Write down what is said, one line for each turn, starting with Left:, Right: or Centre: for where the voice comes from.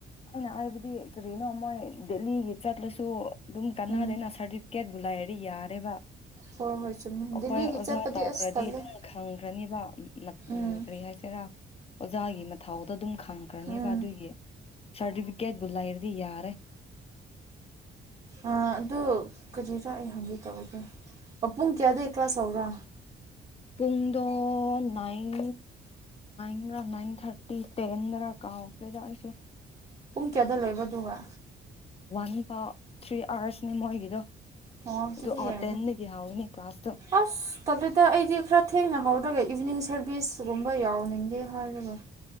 Left: ꯑꯩꯅ ꯍꯥꯏꯕꯗꯤ ꯔꯤꯅꯣ ꯃꯣꯏ ꯗꯦꯂꯤꯒꯤ ꯆꯠ ꯂꯣꯏꯁꯁꯨ ꯑꯗꯨꯝ ꯀꯥꯟꯅꯥꯗꯅꯥ
Right: ꯎꯝ
Left: ꯁꯔꯇꯤꯐꯦꯠ ꯨꯂꯥꯏꯦ ꯌꯥꯔꯦ ꯋꯥ
Right: ꯍ ꯍꯣꯏ ꯆꯨꯝꯃꯦ
Left: ꯑꯩꯈꯣꯏ
Right: ꯗꯦꯜꯂꯤꯒꯤ
Left: ꯑꯣꯖꯥ
Right: ꯆꯠꯄꯗꯤ
Left: ꯇꯥꯎꯈ꯭ꯔꯗꯤ
Right: ꯑꯁ ꯇꯜꯂꯦ
Left: ꯑꯗꯨꯝ ꯈꯪꯈ꯭ꯔꯅꯤꯕ
Right: ꯎꯝ
Left: ꯀꯔꯤ ꯍꯥꯏꯁ ꯑꯣꯖꯥꯒꯤ ꯃꯊꯊꯧ ꯑꯗꯨꯝ ꯈꯪꯈ꯭ꯔꯅꯦꯕ
Right: ꯎꯝ
Left: ꯑꯗꯨꯒꯤ ꯁꯥꯔꯇꯤꯐꯤꯀꯦꯠꯄꯨ ꯂꯩꯔꯗꯤ ꯌꯥꯔꯦ
Right: ꯑ ꯑꯗꯨ ꯀꯔꯤꯔꯥ ꯑꯩ ꯍꯪꯒꯦ ꯇꯧꯗꯦ ꯄ ꯄꯨꯡ ꯀꯌꯥꯗꯒꯤꯩ ꯀ꯭ꯂꯥꯁ ꯍꯧꯔ
Left: ꯄꯨꯡꯗ ꯅꯥꯏꯟ ꯟ ꯔꯟ ꯊꯥꯔꯇꯤ ꯇꯦꯟ ꯔ ꯀꯥꯎꯗꯁꯦ
Right: ꯀꯦꯗ ꯂꯩꯕꯗꯨꯒ
Left: ꯅꯤ ꯐ ꯊ꯭ꯔꯤ ꯑꯥꯋꯥꯔꯁꯅꯦ ꯃꯣꯏꯒꯤꯗꯣ
Right: ꯍ ꯑꯗꯨꯗꯤ
Left: ꯑꯗꯨ ꯑꯣ
Right: ꯌꯥ
Left: ꯇꯦꯟꯗꯒꯤ ꯍꯧꯒꯅꯤ ꯀ꯭ꯂꯥꯁꯇꯣ
Right: ꯑꯁ ꯇꯂꯦꯗ ꯑꯩꯗꯤ ꯈꯔ ꯊꯦꯡꯅ ꯍꯧꯔꯒꯩ ꯏꯚꯤꯅꯤꯡ ꯁꯔꯚꯤꯁꯒꯨꯝꯕ ꯌꯥꯎꯅꯤꯡꯗꯦ ꯍꯥꯏꯔꯒ